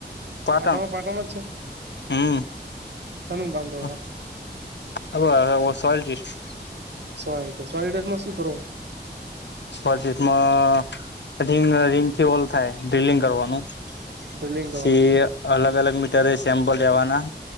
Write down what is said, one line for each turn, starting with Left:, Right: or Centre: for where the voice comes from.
Left: પાટણ?
Right: પાટામાં પાટામાં જ છો
Left: હમ
Right: શાનું કામ કરવા
Left: ઓકે હવે <unintelligible>
Right: <unintelligible> સોલિટ્સમાં શું કરવું?
Left: સોલિટિસમાં રિંગ રિંગથી હોલ થાય, ડ્રિલિંગ કરવાનું.
Right: ડ્રિલિંગ કરવાનું
Left: પસી અલગ અલગ મીટરે સેમ્પલ લેવાના.